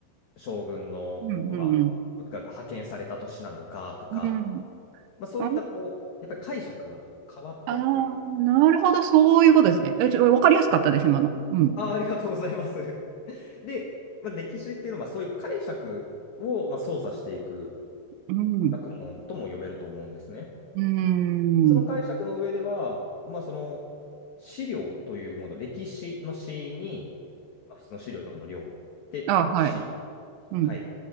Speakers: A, on the left (about 85°); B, on the right (about 80°).
A: 将軍の、
B: うん、
A: まあ、
B: うん、うん。
A: 部下が派遣された都市なのかとか、
B: うん
A: まあ、そういったこう、
B: あ
A: やっぱり解釈が変わってっていう。
B: ああなるほど、そういうことですね。え、ちょ、わかりやすかったです、今の。うん。
A: あ、ありがとうございます。<laughs> で、まあ、歴史っていうのはまあそういう解釈をまあ操作していく。
B: うん。
A: 学問とも呼べると思うんですね。
B: うん。
A: でその解釈の上では、まあ、その資料というもの、歴史の史に、まあ、普通の資料の量で、
B: あ、はい。
A: 史、
B: うん。
A: はい、